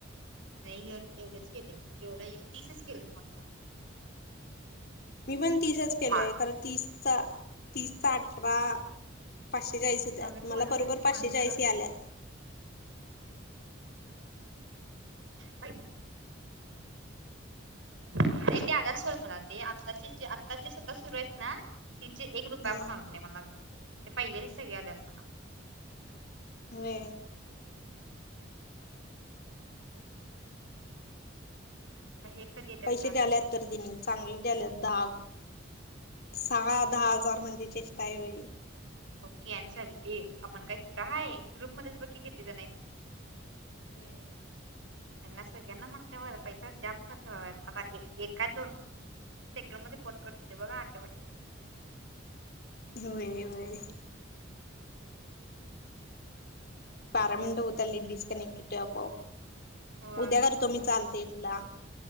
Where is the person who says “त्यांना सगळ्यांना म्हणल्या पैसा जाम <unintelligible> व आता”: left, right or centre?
Right